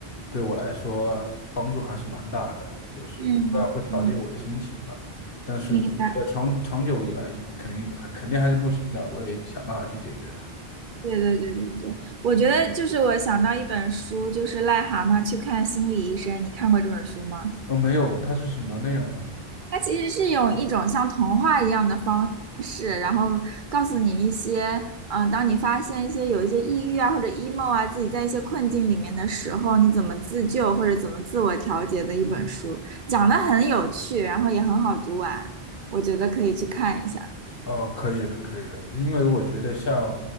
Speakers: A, on the left; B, on the right.
A: 对我来说帮助还是蛮大的，就是不断会调节我的心情吧。
B: 嗯嗯，
A: 但是我觉得长长久以来肯定还肯定还是不行的，
B: 明白，
A: 我得想办法去解决它。
B: 对对对对对，我觉得就是我想到一本书，就是《癞蛤蟆去看心理医生》，你看过这本书吗？
A: 哦，没有，它是什么内容呢？
B: 它其实是用一种像童话一样的方式，然后告诉你一些，嗯、当你发现一些有一些抑郁啊或者 emo 啊，自己在一些困境里面的时候，你怎么自救或者怎么自我调节的一本书，讲的很有趣，然后也很好读完，我觉得可以去看一下。
A: 哦，可以的，可以的，因为我觉得像，